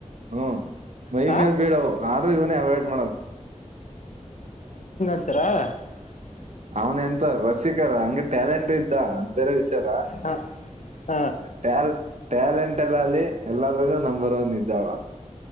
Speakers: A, on the right; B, on the left.
A: ಹ್ಮ ಮೈ
B: ಹಾ
A: ಮೇಲೆ ಬೀಳವು ಆದ್ರು ಇವನೇ ಅವಾಯ್ಡ್ ಮಾಡಣ.
B: ಸರ್
A: ಅವನ್ ಎಂತ ರಸಿಕರ ಹಂಗ ಟ್ಯಾಲೆಂಟು ಇದ್ದ ಅದ ಬೇರೆ ವಿಚಾರ
B: ಹ ಹಾ
A: ಟ್ಯಾಲ್ ಟ್ಯಾಲೆಂಟ್ ಎಲ್ಲ ಅಲ್ಲಿ ಎಲ್ಲಾದ್ರಗೂ ನಂಬರ್ ಒನ್ ಇದ್ದಾ ಅವ